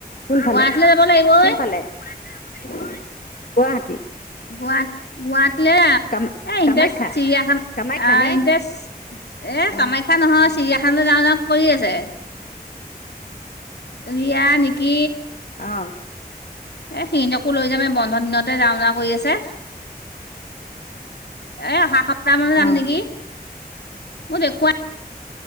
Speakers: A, on the left; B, on the left.
A: কোনফালে
B: গুৱাহাটীলে যাব লাগিবঐ
A: কোনফালে গুৱাহাটী
B: <unintelligible> এ ইণ্টাৰেষ্ট চিৰিয়াখান
A: কাম কামাখ্যা কামাখ্যা
B: অ
A: নে
B: ইণ্টাৰেষ্ট এ
A: অ
B: কামাখ্যা নহয় চিৰিয়াখানলৈ যাওঁ যাওঁ। ঠিক কৈ আছে। ওড়িয়া নেকি?
A: অ
B: এ সিনকো লৈ যাম এই বন্ধ দিনতে যাওঁ যাওঁ কৰি আছে। এ অহা সপ্তাহ মানো যাম
A: অ
B: নেকি? মোক একুৱাই